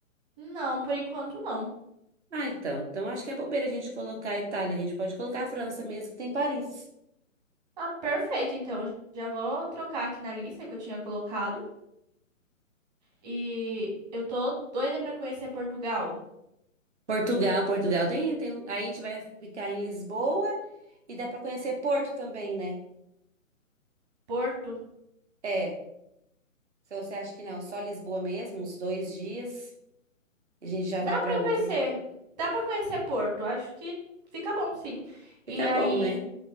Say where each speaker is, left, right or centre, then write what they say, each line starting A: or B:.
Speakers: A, on the right; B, on the right.
A: Não, por enquanto não.
B: Ah, então. Então acho que é bobeira a gente colocar a Itália. A gente pode colocar a França mesmo, que tem Paris.
A: Ah, perfeito. Então, já vou trocar aqui na lista que eu tinha colocado. E eu tô doida pra conhecer Portugal.
B: Portugal, Portugal tem, tem. Aí a gente vai ficar em Lisboa e dá para conhecer Porto também, né?
A: Porto?
B: É. Se você acha que não, só Lisboa mesmo, uns dois dias, a gente já
A: Dá
B: vai para
A: pra
B: outro.
A: conhecer. Dá pra conhecer Porto. Acho que fica bom, sim. E
B: Fica
A: aí
B: bom, né?